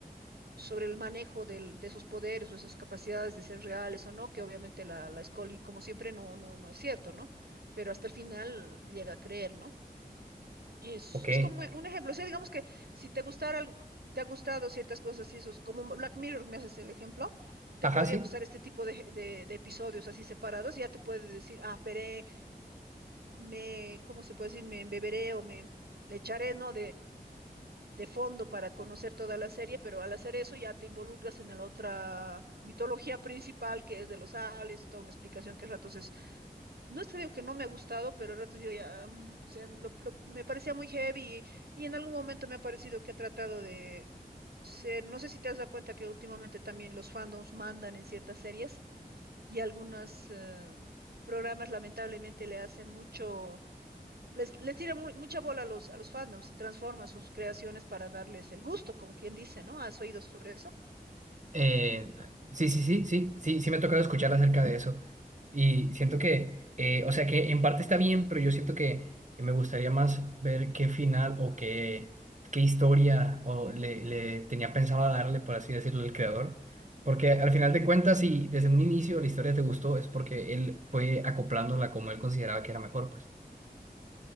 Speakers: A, on the right; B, on the right.
A: sobre el manejo del- de esos poderes o esas capacidades de ser reales o no, que obviamente la, la Scully, como siempre, no, no, no es cierto, ¿no? Pero hasta el final llega a creer, ¿no? Es,
B: Ok.
A: es como un ejemplo, o sea, digamos que si te gustara algo, te ha gustado ciertas cosas y esos, como Black Mirror, me haces el ejemplo, te
B: Ajá,
A: podría
B: sí.
A: gustar este tipo de, de, de episodios así separados, y ya te puede decir, ah, veré, me, ¿cómo se puede decir? Me beberé o me le echaré, ¿no? de fondo para conocer toda la serie, pero al hacer eso ya te involucras en la otra mitología principal que es de los aliens y toda una explicación que a ratos es, no es que digo que no me ha gustado, pero a ratos yo ya, mm, o sea, lo- lo- me parecía muy heavy y, y en algún momento me ha parecido que ha tratado de ser, no sé si te has dado cuenta que últimamente también los fandoms mandan en ciertas series y algunos programas lamentablemente le hacen mucho les, les tira mu- mucha bola a los, a los fandoms y transforma sus creaciones para darles el gusto, como quien dice, ¿no? ¿Has oído sobre eso?
B: Eh, sí, sí, sí, sí, sí, sí me ha tocado escuchar acerca de eso. Y siento que, eh, o sea, que en parte está bien, pero yo siento que me gustaría más ver qué final o qué, qué historia o le, le tenía pensado darle, por así decirlo, el creador. Porque al final de cuentas, si desde un inicio la historia te gustó, es porque él fue acoplándola como él consideraba que era mejor, pues.